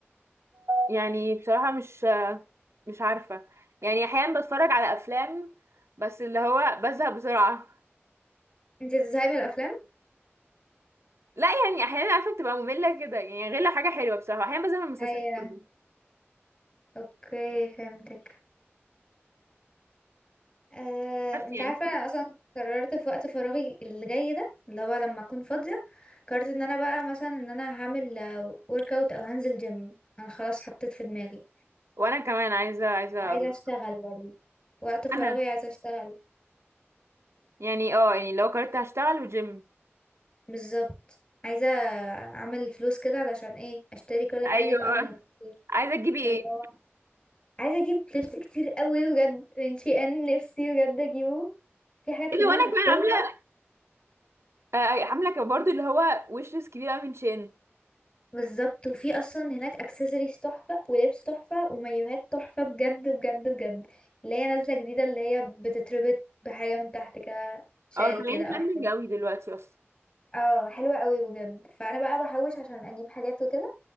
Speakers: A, on the right; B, on the left.
A: يعني بصراحه مش مش عارفه يعني احيانا بتفرج على افلام بس اللي هو بزهق بسرعه
B: انت بتزهقي من الافلام
A: لا يعني احيانا عارفه بتبقى ممله كده يعني غير لو حاجه حلوه بصراحه احيانا بزهق من المسلسلات
B: ايوه
A: برضه.
B: اوكي فهمتك آه،
A: بس
B: انت
A: يعني
B: عارفه انا اصلا قررت في وقت فراغي اللي جاي ده اللي هو لما اكون فاضيه قررت ان انا بقى مثلا ان انا هعمل ورك اوت او هنزل جيم انا خلاص حطيت في دماغي
A: وانا كمان عايزه عايزه
B: وعايزه
A: اروح
B: اشتغل برضه وقت فراغي
A: انا
B: عايزه اشتغل
A: يعني اه يعني لو قررت هشتغل وجيم
B: بالظبط عايزه اعمل فلوس كده علشان ايه اشتري كل حاجه
A: ايوه
B: بقى
A: بقى
B: من نفسي،
A: عايزه تجيبي
B: واللي
A: ايه
B: هو عايزه اجيب لبس كتير قوي بجد من شي ان نفسي بجد اجيبه في حاجات
A: اللي
B: في دماغي
A: هو انا
B: حطاها
A: كمان عامله آه، آه، عامله كمان برضو اللي هو ويش ليست كبيره أوي من شين
B: بالظبط وفي اصلا هناك اكسسوارز تحفه ولبس تحفه ومايوهات تحفه بجد بجد بجد اللي هي نازله جديده اللي هي بتتربط بحاجه من تحت كده شال
A: اه طالعين
B: كده او
A: ترندنج
B: حاجه
A: قوي دلوقتي اصلا
B: اه حلوه قوي بجد فانا بقى بحوش عشان اجيب حاجات وكده